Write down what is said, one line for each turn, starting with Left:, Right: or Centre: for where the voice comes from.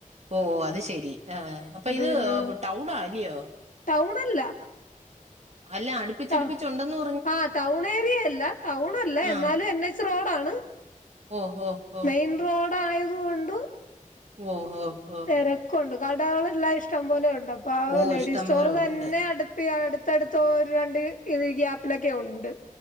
Right: ഓഹ് അത് ശരി. ആഹ് അപ്പ ഇത്
Left: പിന്നെ
Right: ടൗണാ അല്ലിയോ?
Left: ടൗണല്ല.
Right: അല്ല അടുപ്പിച്ചടിപ്പിച്ചുണ്ടന്നും
Left: ടൗ ആഹ് ടൗൺ ഏരിയയല്ല. ടൗൺ അല്ല.
Right: ആ.
Left: എന്നാലും എൻ എച്ച് റോഡാണ്.
Right: ഓ, ഓ, ഓ.
Left: മെയിൻ റോഡായത് കൊണ്ട്
Right: ഓഹ് ഓഹ് ഓഹ്
Left: തെരക്കൊണ്ട്. കടകള് എല്ലാം ഇഷ്ടം പോലെ ഉണ്ട്. അപ്പ ആ
Right: ഓ
Left: ലേഡീസ്
Right: ഇഷ്ടം
Left: സ്റ്റോറ്
Right: പോലെ
Left: തന്നെ
Right: ഉണ്ട്.
Left: അടു പ്പേ അടുത്തടുത്ത് ഒരു രണ്ട് ഇത് ഗ്യാപ്പിലൊക്കെ ഒണ്ട്.